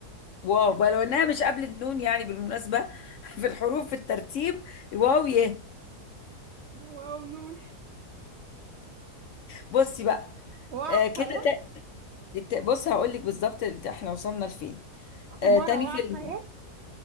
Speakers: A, on the left; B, on the right.
A: واو بقى لو انها مش قبل النون يعني بالمناسبة <laughs> في الحروف في الترتيب واو يه
B: واو نون
A: بصي بقى
B: وعقيان
A: آه كده تا- بص هقول لك بالظبط انت- احنا وصلنا لفين
B: عمارة
A: آه تاني
B: وعقيان
A: كلمة